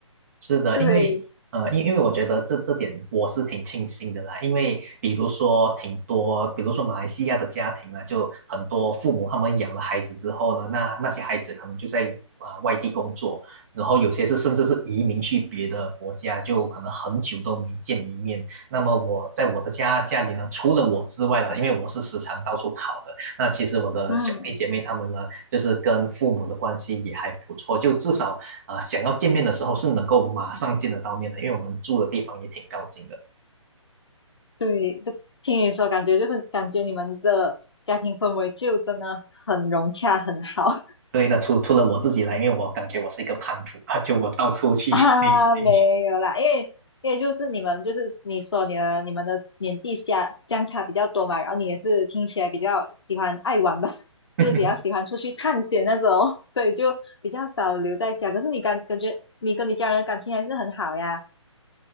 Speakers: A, on the right; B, on the left.
A: 是的，
B: 对，
A: 因为呃，因因为我觉得这这点我是挺庆幸的啦，因为比如说挺多，比如说马来西亚的家庭啊，就很多父母他们养了孩子之后呢，那那些孩子可能就在啊、呃外地工作，然后有些是甚至是移民去别的国家，就可能很久都没见一面。那么我在我的家家里呢，除了我之外啦，因为我是时常到处跑的，那其实我的兄弟姐妹他们呢，
B: 嗯，
A: 就是跟父母的关系也还不错，就至少。啊，想要见面的时候是能够马上见得到面的，因为我们住的地方也挺靠近的。
B: 对，就听你说，感觉就是感觉你们的家庭氛围就真的很融洽，很好。
A: 对的，除除了我自己来，因为我感觉我是一个叛徒啊，<laughs> 就我到处去旅行。
B: <laughs> 啊，没有啦，因为因为就是你们就是你说你的你们的年纪相相差比较多嘛，然后你也是听起来比较喜欢爱玩吧，<laughs>
A: <laughs>
B: 就是比较喜欢出去探险那种，<laughs> 所以就比较少留在家。可是你感感觉你跟你家人的感情还是很好呀。